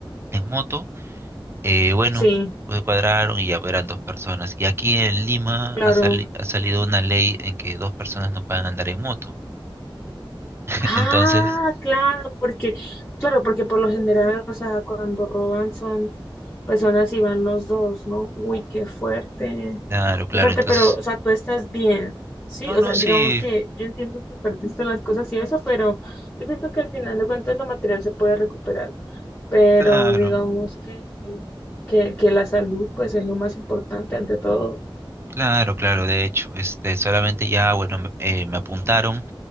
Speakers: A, on the right; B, on the left.
A: en moto, eh, bueno,
B: sí,
A: pues cuadraron y ya eran dos personas. Y aquí en Lima
B: claro.
A: ha, sali- ha salido una ley en que dos personas no pueden andar en moto. <laughs>
B: Ah,
A: Entonces,
B: claro, porque, claro, porque por lo general, o sea, cuando roban son personas y van los dos, ¿no? Uy, qué fuerte,
A: claro, claro,
B: qué fuerte,
A: entonces,
B: pero, o sea, tú estás bien, ¿sí?
A: no,
B: O
A: no,
B: sea,
A: sí,
B: digamos que yo entiendo que perdiste las cosas y eso, pero yo siento que al final de cuentas lo material se puede recuperar, pero
A: claro.
B: digamos que, que, que la salud, pues, es lo más importante ante todo.
A: Claro, claro, de hecho, este, solamente ya, bueno, me, eh, me apuntaron,